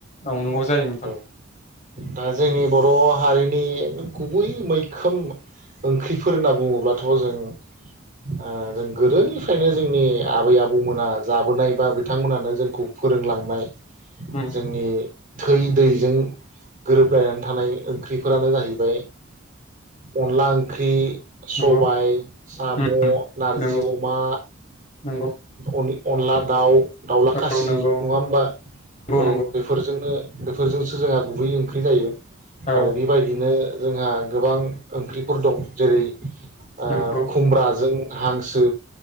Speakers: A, on the left (about 35°); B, on the right (about 40°).
A: औ नंगौ जायो नोंथां
B: औ दा जोंनि बर' हारिनि बै मैखोम ओंख्रिफोर होनना बुङोब्ला थ जों ओ जों गोदोनिफ्रायनो जोंनि आबै आबौमोना जाबोनाय बा बिथांमोनानो जोंखौ फोरोंलांनाय
A: उम
B: जोंनि थै दैजों गोरोबलायनानै थानाय ओंख्रिफोरानो जाहैबाय अनला ओंख्रि सबाइ
A: नंगौ
B: साम'
A: उम
B: नारजि
A: नंगौ
B: अमा
A: नंगौ
B: अनि अनला दाउ दाउला
A: औ
B: खासि
A: नंगौ
B: नङा होमबा औ
A: नंगौ
B: बेफोरजोंनो बेफोरजोंसो जोंहा गुबै ओंख्रि जायो।
A: औ
B: आरो बेबायदिनो जोंहा गोबां ओंख्रिफोर दं जेरै ओ
A: नंगौ
B: खुमब्राजों हांसो